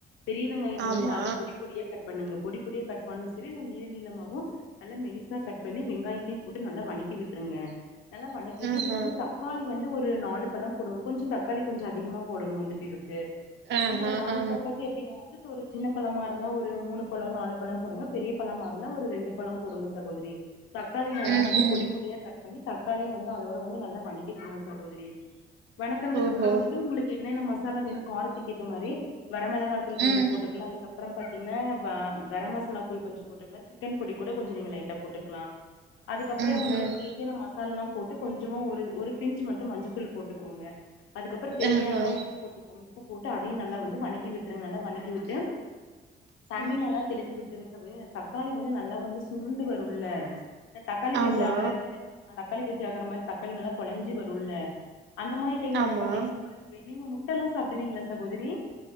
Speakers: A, on the left; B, on the right.
A: பெரிய வெங்காயத்த
B: ஆமா
A: வந்து நல்லா பொடி பொடியா கட் பண்ணுங்க பொடி பொடியா கட் பான்னு செரி நீ நீளமவு நல்லா மெலிசா கட் பண்ணி வெங்காயத்தயு போட்டு நல்லா வதக்கி விட் ருங்க நல்லா வணக்கிட்டு
B: ம்ஹூ
A: இதுக்கு வந்து த தக்காளி வந்து ஒரு நாலு பழோ போடுங்க கொஞ்சோ தக்காளி கொஞ்சோ அதிகமா போடணு வந்து இதுக்கு
B: ஆஹா
A: நீங்க ஒரு
B: ஆஹா
A: நாலு சப்பாத்தி அப்படிங்கும் போது ஒரு சின்ன பழமா இருந்தா ஒரு மூணு பழம் நாலு பழம் போடுங்க பெரிய பழமாருந்தா ஒரு ரெண்டு பழோ போடுங்க சகோதரி தக்காளி நல்லா
B: ம்ஹூம்
A: வந்து பொடிபொடியா கட் ட் பண்ணி தக்காளியு வந்து அதோட வந்து நல்லா வணக்கிகோனு சகோதரி வணக்கனதுக்கு
B: ஓஹோ
A: அப்புறோ வந்துட்டு உங்களுக்கு என்னென்ன மசாலா வேணு காரத்துக்கு ஏத்தா மாதிரி வரமெளகா தூள் கொஞ்சோ
B: ம்
A: போட்டுக்கலா அதுக்கப்புறோ பாத்தீங்கன்னா க கரமாச லாத்தூள் கொஞ்சோ போட்டுக்கலா சிக்கன் பொடி கூட கொஞ்சோ நீங்க லைட்டா போட்டுக்கலா அதுக்கப்புறோ
B: ம்ஹூம்
A: உங்களுக்கு தே யான மசாலெல்லா போட்டு கொஞ்சமா ஒரு ஒரு பிஞச் மட்டும் மஞ்சத்தூள் போட்டுக்கோங்க அதுக்கப்புறோ தேவையான
B: ஆஹா
A: நல்லா உப்பு போட்டுக்கோங்க உப்பு போட்டு அதையு நல்லா வந்து வணக்கி விட்டுருங்க நல்லா வணக்கி க்கிவிட்டு தண்ணி
B: ம்
A: நல்லா தெளிச் த்து ஊத்துங்க சகோதரி இந்த தக்காளி வந்து நல்லா வந்து சுருண்டு வருல்ல தக்காளி புஜி
B: ஆமா
A: ஆகற கண்டன்ட் தக்காளி பச்சி ஆக்குற மாரி தக்காளி நல்லா கொழஞ்சி வருல்ல அந்த மாரி டைம்ல
B: ஆமா
A: என்ன பண்றீங்கன்னா நீங்க முட்டெல்லா சாப்பிடுவீங்களா சகோதிரி